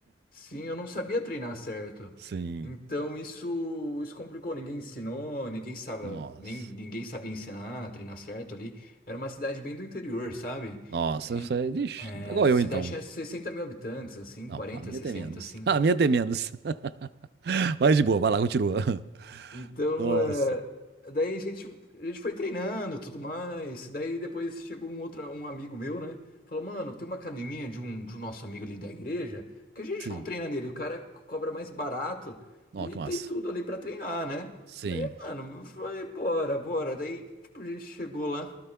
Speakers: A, on the left; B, on the right.
A: Sim, eu não sabia treinar certo.
B: Sim.
A: Então isso, isso complicou. Ninguém ensinou, ninguém sabe,
B: Nossa.
A: nem, ninguém sabia ensinar, treinar certo ali. Era uma cidade bem do interior, sabe?
B: Nossa,
A: E,
B: eu falei, Ixi,
A: é,
B: tá igual
A: cidade
B: eu então.
A: tinha 60 mil habitantes, assim,
B: Não,
A: 40
B: a minha
A: 60
B: tem menos.
A: assim.
B: <laughs> A minha tem menos. <laughs> Mas de boa, vai lá, continua. <laughs>
A: Então,
B: Nossa.
A: eh, daí a gente, a gente foi treinando, tudo mais. Daí depois chegou um outro, um amigo meu, né? Falou, mano, tem uma academia de um, de um nosso amigo ali da igreja, porque a gente
B: Sim.
A: não treina nele, o cara cobra mais barato
B: Ó,
A: e
B: que
A: tem
B: massa.
A: tudo ali pra treinar, né?
B: Sim.
A: Daí, mano, foi, bora, bora. Daí, tipo, a gente chegou lá,